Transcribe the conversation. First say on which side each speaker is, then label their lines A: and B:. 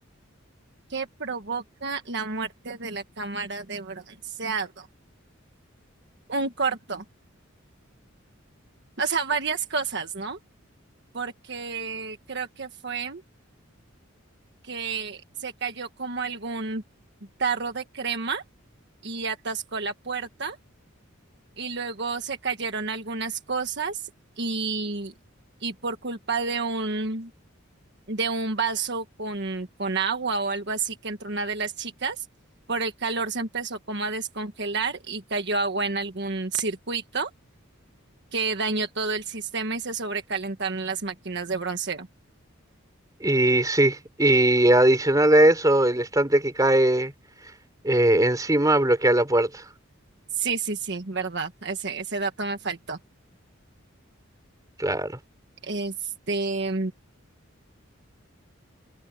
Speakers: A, on the right (about 55°); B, on the right (about 15°).
A: ¿Qué provoca la muerte de la cámara de bronceado? Un corto. O sea, varias cosas, ¿no? Porque creo que fue. que se cayó como algún tarro de crema y atascó la puerta y luego se cayeron algunas cosas y, y por culpa de un, de un vaso con, con agua o algo así que entró una de las chicas, por el calor se empezó como a descongelar y cayó agua en algún circuito que dañó todo el sistema y se sobrecalentaron las máquinas de bronceo.
B: Y sí, y adicional a eso, el estante que cae eh, encima bloquea la puerta.
A: Sí, sí, sí, verdad. Ese, ese dato me faltó.
B: Claro.
A: Este,